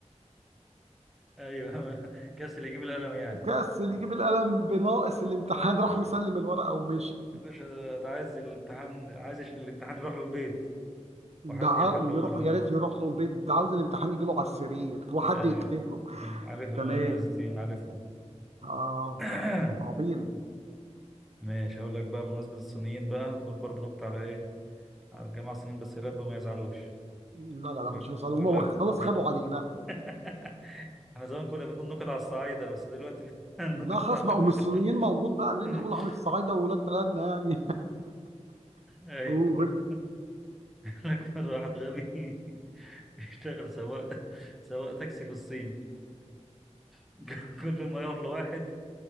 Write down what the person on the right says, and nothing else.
كسل يجيب القلم بناقص الامتحان راح مسلم الورقه ومشي
دعاهم
يروحوا
يا
ريت يروح له البيت ده عاوز الامتحان يجي له على السرير وحد
يكتب له
تمام
اه
صعبين
لا لا
لا مش هيصلوا
هم خلاص خدوا علينا
لا خلاص بقوا من الصينيين موجود
بقى لان نقول عن الصعايده واولاد بلدنا يعني <laughs>
قول